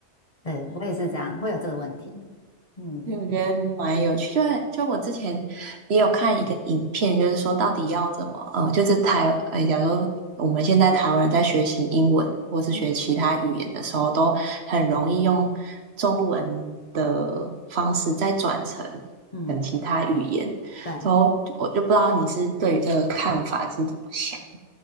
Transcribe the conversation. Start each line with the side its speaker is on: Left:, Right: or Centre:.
Left: 对，我也是这样，会有这个问题。嗯
Right: 对，我觉得蛮有趣。就就我之前也有看一个影片，就是说到底要怎么，呃，就是台，呃，假如我们现在台湾人在学习英文或是学其他语言的时候，
Left: 嗯
Right: 都很容易用中文的方式再转成
Left: 嗯，
Right: 跟其他语言。
Left: 对。
Right: 然后我就不知道你是对于这个看法是怎么想？